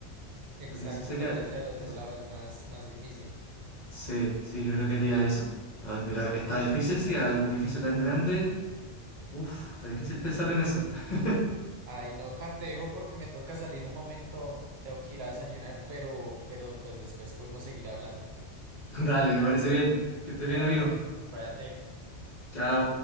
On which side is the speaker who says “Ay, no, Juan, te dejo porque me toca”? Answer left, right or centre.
Right